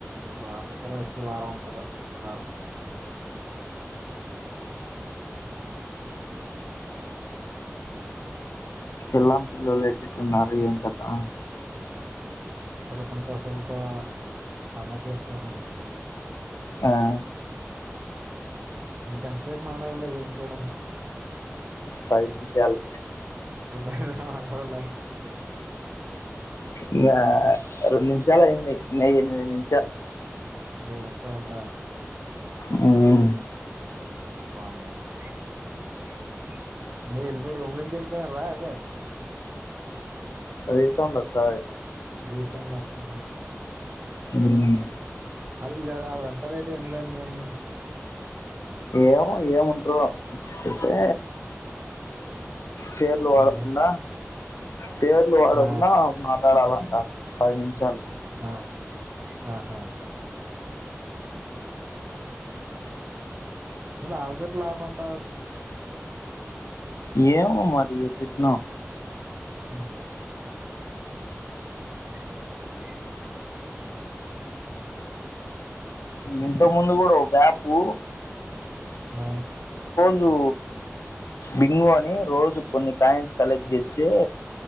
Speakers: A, on the right; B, on the left.
A: వరుసగా చ్చవారం ఉంటది శుక్రవారం ఆ
B: ఎల్లాం పిల్లలు ఎటు ఎటు ఉన్నారు ఏం కతా
A: సంతోషలుక పని చేసేతోనిని
B: ఆ
A: ఇంకా సేపు మాట్లాడలేదు ఇంట్లోనే
B: పది నిమిషాలు
A: పది నిమిషాలు మాట్లాడాలా
B: ఇ రెండు నిమిషాలు అయింది ఉన్నది ఎనిమిది నిమిషాలు
A: జయ మసరంభ
B: హ్మ్మ్
A: బావుండది ఎల్లిపో రూమ్ లో నుంచి ఎల్లిపో గా
B: రీసౌండ్చ్చాయి
A: రీసెంట్ ఒత్తి
B: హ్మ్మ్
A: అది ఇది అ రేటు ఎందీ ఉహు
B: ఏమో ఏం ఉంటారో అయితే పేర్లు వాడకుండా
A: ఆ
B: పేర్లు వాడకుండా
A: ఆ
B: మాట్లాడాల పది నిమిషాలు
A: ఆ ఆహా అవు అవికట్లా మంటా
B: ఏమో మరి ఎట్ఇటునో
A: హ అచియతు
B: ఇంత ముందు కూడా బ్యాపు
A: ఆ
B: లు బింగ్ రోజు కొన్ని కాన్స్ కలెటి తేచ్చి